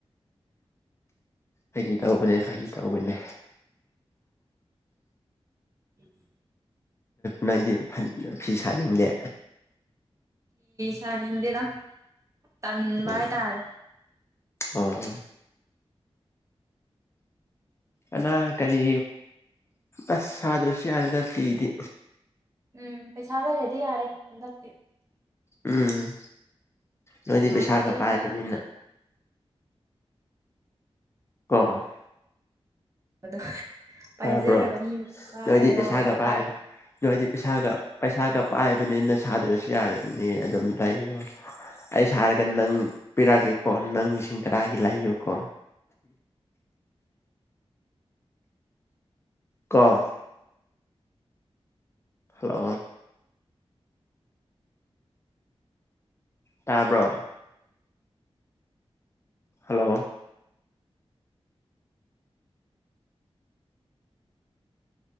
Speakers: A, on the left; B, on the right.
A: ꯑꯩ ꯇ ꯃꯅꯦ ꯐꯒꯦ ꯀꯎꯕꯅꯦ
B: <inaudible>
A: ꯅꯥꯏꯟꯇꯤ ꯐ ꯐꯤ ꯁꯥꯠꯅꯤꯡꯗꯦ
B: ꯆꯅꯤꯗꯔ ꯇꯟꯅꯨꯡꯏ
A: ꯎꯝ
B: ꯇꯥꯔꯦ
A: ꯑꯣ ꯑꯅꯥ ꯀꯔꯤ ꯑꯁ ꯁꯥꯗ꯭ꯔꯁꯨ ꯌꯥꯗꯦꯗ ꯐꯤꯗꯤ
B: ꯎꯝ ꯄꯩꯁꯥ ꯂꯩꯔꯗꯤ ꯌꯥꯔꯦ ꯍꯟꯗꯛꯇꯤ
A: ꯎꯝ
B: ꯄꯩꯁꯥꯅ
A: ꯅꯣꯏꯗꯤ ꯄꯩꯁꯥꯒ
B: ꯂꯩꯕ
A: ꯄꯥꯏꯕꯅꯤꯅ <unintelligible>
B: ꯑꯗ ꯄꯥꯏꯖꯦꯔ
A: ꯇꯥꯕ꯭ꯔꯣ
B: ꯑ
A: ꯅꯣꯏꯗꯤ ꯄꯩꯁꯥꯒ
B: ꯇꯥꯏ
A: ꯄꯥꯏ ꯅꯣꯏꯗꯤ ꯄꯩꯁꯥꯒ ꯄꯩꯁꯥꯒ ꯄꯥꯏꯕꯅꯤꯅ ꯁꯥꯗ꯭ꯔꯁꯨ ꯌꯥꯔꯅꯤ ꯑꯗꯨꯝ ꯂꯩꯔꯣ ꯑꯩ ꯁꯥꯔꯒ ꯅꯪ ꯄꯤꯔꯛꯑꯀꯦꯀꯣ ꯅꯪ ꯂꯤꯁꯤꯡ ꯇꯔꯥꯒꯤ ꯂꯩꯌꯨꯀꯣ ꯀꫭ ꯍꯜꯂꯣ ꯇꯔꯕ ꯍꯜꯂꯣ